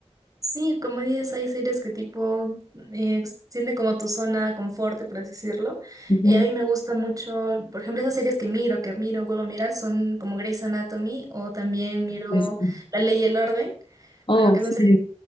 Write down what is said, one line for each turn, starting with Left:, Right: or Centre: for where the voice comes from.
Right: Sí, como dices, hay series que tipo eh, extiende como tu zona confort, por así decirlo.
Left: Ujú.
Right: Eh, a mí me gusta mucho, por ejemplo, esas series que miro, que miro, vuelvo a mirar, son como Grey's Anatomy o también miro
Left: Sí, sí.
Right: La Ley y el Orden.
Left: Oh,
Right: Bueno, que
Left: sí,
Right: son series,